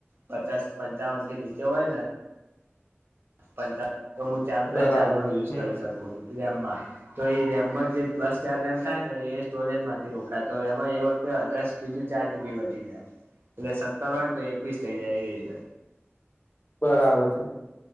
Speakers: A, on the right (about 55°); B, on the left (about 45°).
A: પચાસ પંચાવન થી નીચે હોય ને. પચ તો હું ચાર પ્લસ
B: બરાબર
A: ચાર નો યુઝ
B: હમ
A: કરી શકું ગેમ માં. તો એ રેમમાં જે પ્લસ ચાર રેમ થાય ને એ સ્ટોરેજ માંથી રોકાય તો એમાં એ વખતે. બીજું ચાર થી બી વધી જાય એટલે સત્તર હોય ને તો એકવીસ થઈ જાય એવી રીતે.
B: બરાબર છે.